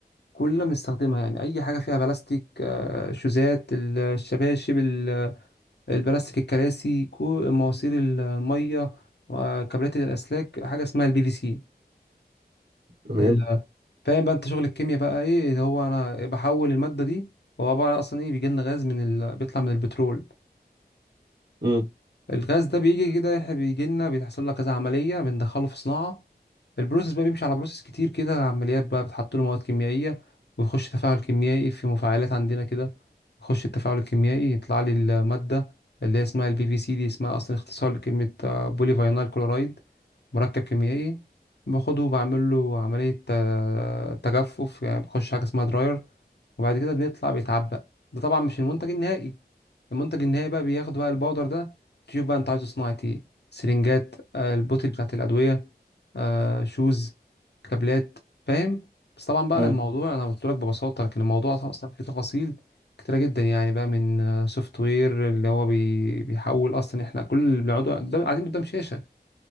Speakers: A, on the left (about 85°); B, on the right (about 75°).
A: كلنا بنستخدمها يعني اي حاجه فيها بلاستيك آه، شوزات ال- الشباشب ال- البلاستيك الكراسي كو- مواسير الميه وكابلات الاسلاك حاجه اسمها البي في سي
B: تمام
A: ال- فاهم بقى انت شغل الكيمياء بقى ايه اللي هو انا بحول الماده دي هو عباره عن اصلا ايه بيجي لنا غاز من ال... بيطلع من البترول
B: مم.
A: الغاز ده بيجي كده إحنا بيجي لنا بيحصل لك كذا عملية بندخله في صناعة البروسيس بقى بيمشي على بروسيس كتير كده عمليات بقى بتحط له مواد كيميائية ويخش تفاعل كيميائي في مفاعلات عندنا كده يخش التفاعل الكيميائي يطلع لي المادة اللي هي اسمها البي في سي دي اسمها أصلا اختصار لكلمة بولي فاينال كلورايد مركب كيميائي باخده وبعمل له عملية آه، تجفف يعني بخش حاجة اسمها دراير وبعد كده بيطلع بيتعبق ده طبعا مش المنتج النهائي المنتج النهائي بقى بياخد بقى الباودر ده تشوف بقى انت عايزه صناعة ايه سرنجات آه، البوتل بتاعت الأدوية آه، شوز كابلات فاهم بس طبعا بقى
B: مم.
A: الموضوع انا قلت لك ببساطة لكن الموضوع اصلا فيه تفاصيل كتيرة جدا يعني بقى من سوفت وير اللي هو بي- بيحول اصلا احنا كل اللي بنقعدوا قدام- قاعدين قدام شاشة